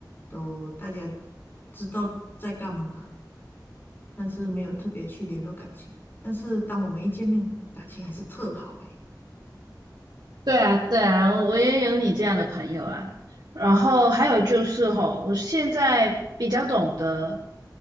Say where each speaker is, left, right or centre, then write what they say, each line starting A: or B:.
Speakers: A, on the left (about 30°); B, on the right (about 65°).
A: 都大家知道在干嘛，但是没有特别去联络感情。但是当我们一见面，感情还是特好诶。
B: 对啊，对啊，我我也有你这样的朋友啊。然后还有就是吼，我现在比较懂得